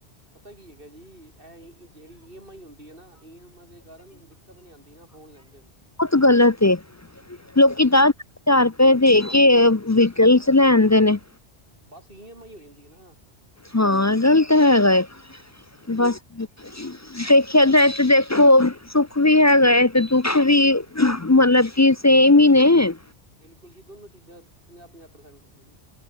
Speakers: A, on the right (about 55°); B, on the left (about 25°).
A: ਪਤਾ ਕੀ ਹੈਗਾ ਜੀ ਐ ਜੇੜੀ ਈ ਐਮ ਆਈ, ਹੁੰਦੀ ਏਨਾ, ਈ ਐਮ ਆ ਦੇ ਕਾਰਨ ਦਿ ਸਮਜ਼ ਨਈ ਆਦੀ, ਨਾ ਫੋਨ ਲੈਂਦੇ ਹੋਏ।
B: ਬੌਤ ਗਲਤ ਏ ਜੋਕੀ
A: ਹਾਂਜੀ
B: ਦਾ <inaudible> ਹਜਾਰ ਰੁਪਏ ਦੇ ਕੇ, ਵਿਕਲਸ ਲੈ ਆਦੇ ਨੇ।
A: ਬਸ, ਈ ਐਮ ਆਈ, ਹੋ ਜਾਂਦੀ ਏ ਨਾ।
B: ਹਾਂ, ਗਲਤ ਹੈਗਾ ਏ।
A: ਹੂੰ
B: ਬਸ ਦੇਖਿਆ ਜਾਏ, ਤੇ ਦੇਖੋ ਸੁੱਖ ਵੀ, ਹੈਗਾ ਏ ਤੇ ਦੁੱਖ ਵੀ ਮਤਲਬ ਕਿ, ਸੇਮ ਈ ਨੇ
A: ਬਿਲਕੁਲ ਜੀ, ਦੋਨੋ ਚੀਜ਼ਾਂ ਪੰਜਾਹ-ਪੰਜਾਹ ਪ੍ਰਸੈਂਟ ਹੈਗੀਐਣ